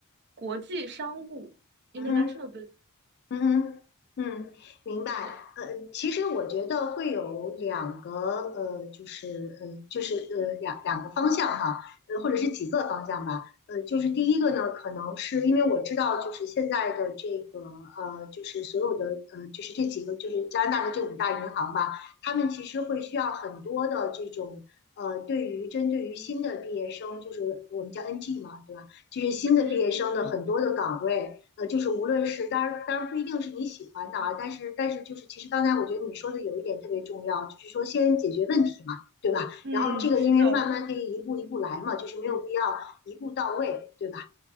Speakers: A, on the right; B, on the left.
A: 国际商务 （international
B: 嗯哼，
A: business）。
B: 嗯哼，嗯，明白。
A: 对，
B: 呃，其实我觉得会有两个，呃，就是，呃，就是，呃，两两个方向哈，呃，或者是几个方向吧。呃，就是第一个呢，可能是因为我知道，就是现在的这个，呃，就是所有的，呃，就是这几个，就是加拿大的这五大银行吧，他们其实会需要很多的这种。呃，对于针对于新的毕业生，就是我们叫 NG 嘛，对吧？就是新的毕业生的很多的岗位，
A: 嗯
B: 呃，就是无论是当然当然不一定是你喜欢的啊，但是但是就是其实刚才我觉得你说的有一点特别重要，就是说先解决问题嘛，对吧？
A: 嗯，
B: 然后这个因为慢慢可以一步一步来嘛，
A: 是的，
B: 就是没有必要一步到位，对吧？